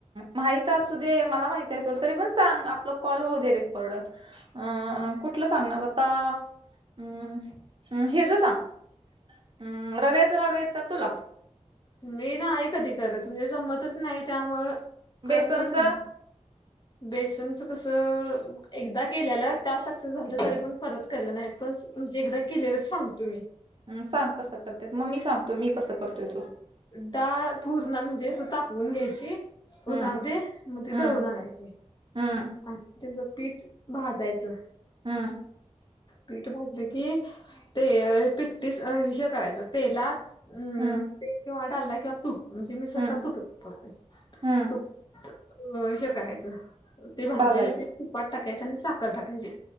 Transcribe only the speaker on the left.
मी नाही कधी करत म्हणजे जमतच नाही त्यामूळ करतच
नाही. बेसनच कसं एकदा केलेलं त्या सक्सेस झालत तरी पण परत केलं नाहीत पण म्हणजे एकदा केलेलं सांगतो मी.
डाळ पूर्ण म्हणजे अस तापवून घ्यायची.
उन्हामध्ये मग ते
दळून आणायची.
आणि त्याच पीठ भाजायचं
पीठ भाज ल कि ते पिठटीस हे करायचं तेलात हूं
ते किंवा डालडा किंवा तूप म्हणजे मी सहसा
तूपच वापरते.
तूप अ हे करायचं. ते भाजलेले
पीठ तुपात टाकायच आणि साखर टाकायची.